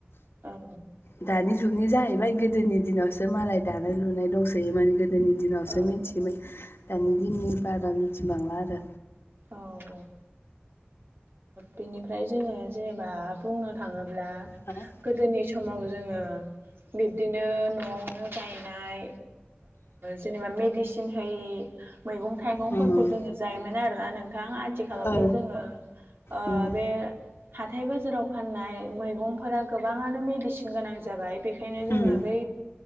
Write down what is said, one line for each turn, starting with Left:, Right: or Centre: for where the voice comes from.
Right: औ
Left: <unintelligible> दानि जुगनि जाहैबाय गोदोनि दिनावसो मालाय दानाय लुनाय दंसोयोमोन गोदोनि दिनावसो
Right: औ
Left: मिथियोमोन दानि दिननि बारा मिथिबांला आरो।
Right: औ औ। बेनिफ्राय जोङो जेनेबा बुंनो थाङोब्ला
Left: हा
Right: गोदोनि समाव जोङो बिब्दिनो न'आवनो गायनाय जेनेबा मेडिसिन होयि मैगं थाइगंफोरखौ
Left: उम
Right: जोङो जायोमोन आरोना नोंथां आथिखालावथ'
Left: औ
Right: जोङो ओ
Left: उम
Right: बे हाथाय बाजाराव फाननाय मैगंफोरा गोबाङानो मेडिसिन गोनां जाबाय बेख बेखायनो जोङो
Left: उम
Right: बै